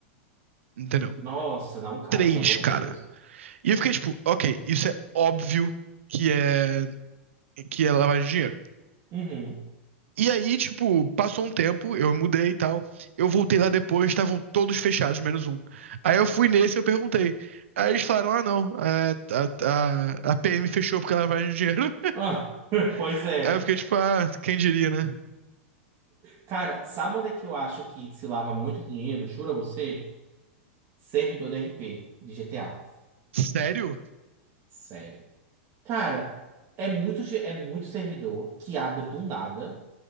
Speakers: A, on the right; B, on the right.
A: entendeu?
B: Nossa, não, cara,
A: Três,
B: pelo amor de
A: cara.
B: Deus.
A: E eu fiquei tipo, ok, isso é óbvio que é que é lavagem de dinheiro.
B: Uhum.
A: E aí, tipo, passou um tempo, eu mudei e tal. Eu voltei lá depois, estavam todos fechados, menos um. Aí eu fui nesse e eu perguntei. Aí eles falaram: ah, não, a, a, a, a PM fechou porque lavagem de dinheiro.
B: Ah, <laughs> pois
A: <laughs>
B: é.
A: Aí eu fiquei tipo: ah, quem diria, né?
B: Cara, sabe onde é que eu acho que se lava muito dinheiro? Juro a você? Servidor de RP de GTA.
A: Sério?
B: Sério. Cara, é muito, ge- é muito servidor que abre do nada.